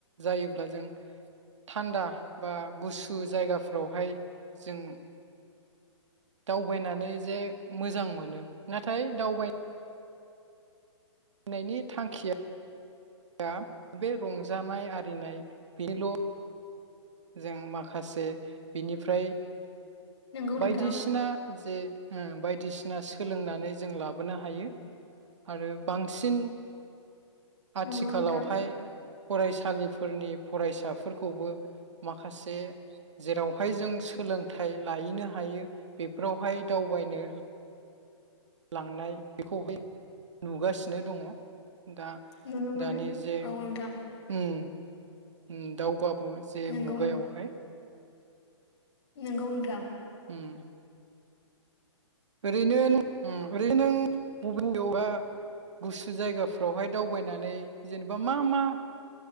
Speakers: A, on the right; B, on the left.
A: जायोब्ला जों थान्दा बा गुसु जायगाफ्रावहाय जों दावबायनानै जे मोजां मोनो नाथाय दावबाय नायनि थांखिया दा बे रंजानाय आरिनाय बेनिल' जों माखासे बिनिफ्राय
B: नंगौ नोंथां
A: बायदिसिना जे ओ बायदिसिना सोलोंनानै जों लाबोनो हायो आरो बांसिन आथिखालावहाय
B: नंगौ नोंथां
A: फरायसालिफोरनि फरायसाफोरखौबो माखासे जेरावहाय जों सोलोंथाइ लायैनो हायो बेफोरावहाय दावबायनो लांनाय बेखौहाय नुगासिनो दङ। दा
B: नुनो मोनो
A: दानि जे
B: औ नोंथां
A: उम ओम दाउगा फु जे
B: नंगौ
A: मुगायावहाय।
B: नंगौ नोंथां।
A: उम ओरैनो ओम नो ओरैनो नों बबेबयावबा गुसु जायगाफ्रावहाय दावबायनानै जेनेबा मा मा